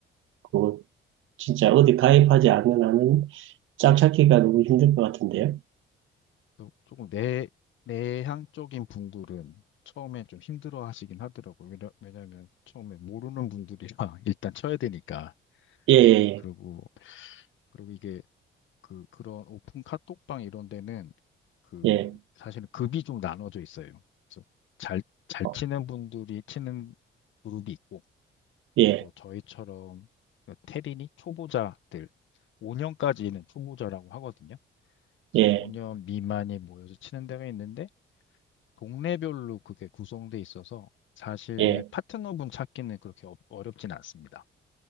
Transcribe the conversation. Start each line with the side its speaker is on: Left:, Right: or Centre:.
Right: 그거 진짜 어디 가입하지 않는 한은 짝 찾기가 너무 힘들 것 같은데요?
Left: 또 조금 내 내향적인 분들은 처음에 좀 힘들어 하시긴 하더라고요. 왜냐- 왜냐면 처음에 모르는 분들이랑 <laughs> 일단 쳐야 되니까.
Right: 예,
Left: 그리고 그리고 이게 그 그런 오픈 카톡방 이런 데는 그
Right: 예, 예, 예,
Left: 사실은 급이 좀 나눠져 있어요. 그래서 잘 잘
Right: 어,
Left: 치는 분들이 치는 그룹이 있고
Right: 예,
Left: 또 저희처럼 그 테린이 초보자들 5년까지는 초보자라고 하거든요. 그래서
Right: 예,
Left: 5년 미만이 모여서 치는 데가 있는데 동네별로 그게 구성돼 있어서 사실
Right: 예.
Left: 파트너분 찾기는 그렇게 어, 어렵진 않습니다.